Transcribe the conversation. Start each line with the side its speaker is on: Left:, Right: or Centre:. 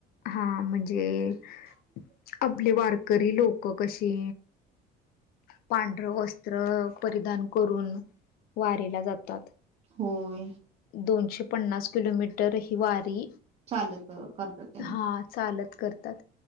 Left: हा. म्हणजे-
Right: ह <inaudible>
Left: आपले वारकरी लोकं कशे? पांढरं वस्त्र परिधान करून वारीला जातात.
Right: होय.
Left: दोनशे पन्नास किलोमीटर ही वारी,
Right: चालत करतात त्याने
Left: हा. चालत करतात,